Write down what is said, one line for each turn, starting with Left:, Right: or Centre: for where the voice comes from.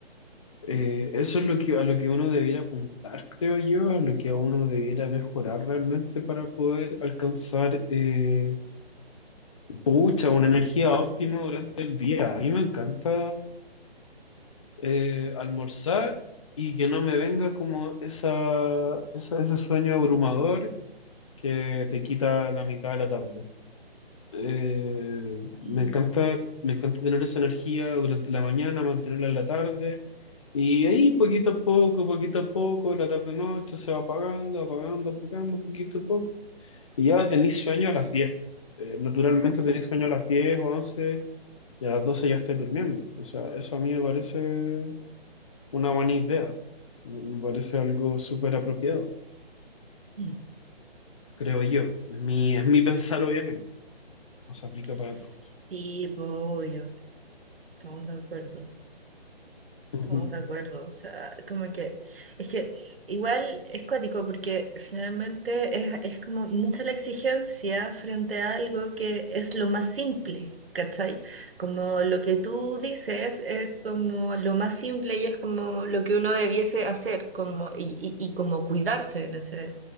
Left: Eh, eso es lo que, a lo que uno debiera apuntar, creo yo, a lo que uno debiera mejorar realmente para poder alcanzar, eh, pucha, una energía óptima durante el día. A mí me encanta eh, almorzar y que no me venga como esa, esa- ese sueño abrumador que te quita la mitad de la tarde. Eh,
Right: Mm.
Left: me encanta, me encanta tener esa energía durante la mañana, mantenerla en la tarde. Y ahí poquito a poco, poquito a poco, la tarde-noche se va apagando, apagando, apagando, poquito a poco. Y ya tenéis sueño a las diez Eh, naturalmente tenéis sueño a las 10 o 11 y a las 12 ya estáis durmiendo. O sea, eso a mí me parece una buena idea. Me me parece algo súper apropiado,
Right: Mm.
Left: creo yo. Es mi, es mi pensar, obviamente. No se aplica
Right: Sí,
Left: para todos.
Right: voy. Estamos de acuerdo,
Left: Ujú,
Right: estamos de acuerdo. O sea, como que, es que igual es cuático porque finalmente es, es como mucha la exigencia frente a algo que es lo más simple, ¿cachai? Como lo que tú dices es como lo más simple y es como lo que uno debiese hacer, como, y, y, y como cuidarse en ese,